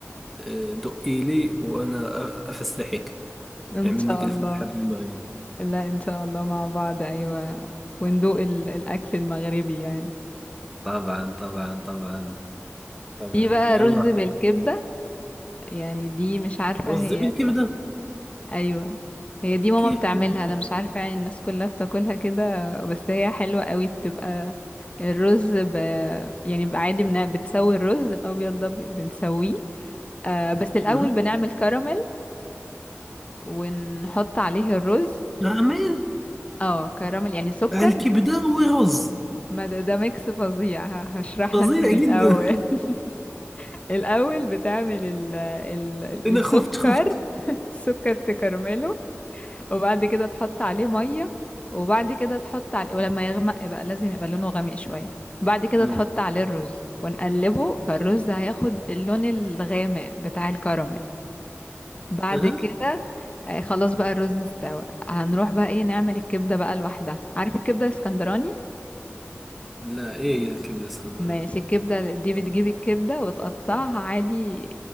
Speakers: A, in the centre; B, on the left.
A: آه، دقي لي وأنا أ- أفسحك
B: ان
A: نعمل
B: شاء
A: لك الفسحة
B: الله
A: في المغرب
B: لا ان شاء الله مع بعض ايوه وندوق ال... الاكل المغربي يعني
A: طبعا طبعا طبعا طبعا
B: في بقى
A: يلا
B: رز بالكبدة يعني دي مش عارفة
A: رز
B: هي
A: بالكبدة
B: ايوه هي دي ماما
A: كيف
B: بتعملها
A: لا
B: انا
A: بالكبدة؟
B: مش عارفه يعني الناس كلها بتاكلها كده بس هي حلوه قوي بتبقى الرز ب... يعني بقى عادي بن... بتسوي الرز الابيض ده ب- بنسويه آه بس الاول
A: مهم.
B: بنعمل كراميل ونحط عليه الرز
A: غراميل
B: اه كراميل يعني سكر
A: الكبدة ورز
B: ما ده, ده ميكس فظيع ه- هشرح
A: فظيع
B: لك من الاول
A: جدا
B: <laughs> الاول بتعمل ال... ال...
A: <laughs> أنا
B: السكر
A: خفت خفت
B: <laughs> السكر تكرمله وبعد كده تحط عليه ميه وبعد كده تحط عليه ولما يغمق بقى لازم يبقى لونه غامق شويه بعد كده
A: امم
B: تحط عليه الرز ونقلبه فالرز هياخد اللون الغامق بتاع الكراميل بعد
A: اها
B: كده آه، خلاص بقى الرز استوى هنروح بقى ايه نعمل الكبده بقى لوحدها عارف الكبده الاسكندراني
A: لا ايه هي الكبده اسكندراني
B: ماشي الكبده دي بتجيب الكبده وتقطعها عادي